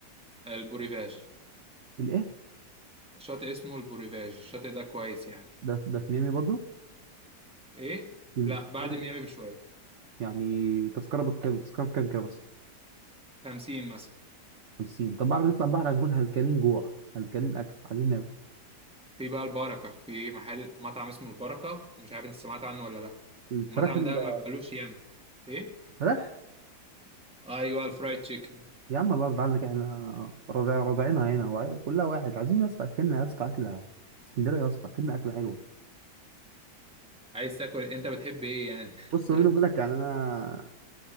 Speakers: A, in the centre; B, on the right.
A: البوريفاج
B: الايه
A: شاطئ اسمه البوريفاج الشاطئ ده كويس يعني
B: ده ده في ميامي برضو
A: ايه
B: في
A: لا
B: في
A: بعد
B: ميامي
A: ميامي بشوية
B: يعني تذكره بكام تذكره بكام كده بس
A: خمسين مثلا
B: 50 طب بعد ما نطلع البحر هنكون هلكانين جوع هلكانين اكل عايزين ناكل
A: في بقى البركة في محل مطعم اسمه البركة مش عارف انت سمعت عنه ولا لا
B: الفراخ
A: المطعم
B: ال-
A: ده ما بقالوش ياما ايه
B: الفراخ
A: ايوه الفرايد تشيكن
B: يا عم الأرض عندك احنا رضع رضعينها هنا وع- كلها واحد عايزين يا اسطى أكلنا يا اسطى أكلة اسكندرية يا اسطى أكلنا أكلة حلوة
A: عايز تاكل انت بتحب ايه يعني
B: بص بيني
A: <laughs>
B: وبينك يعني أنا